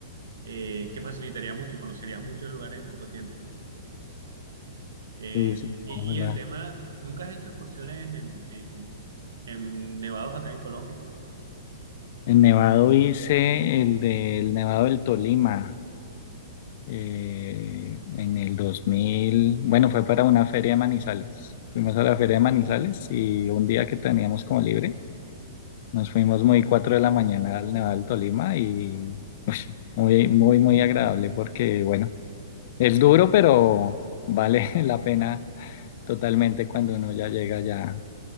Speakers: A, on the right (about 80°); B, on the left (about 50°).
A: eh, que facilitaría mucho y conocerías muchos lugares en poco tiempo. Eh,
B: sí, sí,
A: y,
B: ojalá.
A: y el tema, ¿nunca has hecho excursiones en, en- en nevados acá en Colombia?
B: El Nevado hice el del Nevado del Tolima eh, en el 2000. Bueno, fue para una feria de Manizales. Fuimos a la feria de Manizales y un día que teníamos como libre, nos fuimos muy 4 de la mañana al Nevado del Tolima y uy, muy, muy, muy agradable porque, bueno, es duro, pero vale <laughs> la pena totalmente cuando uno ya llega ya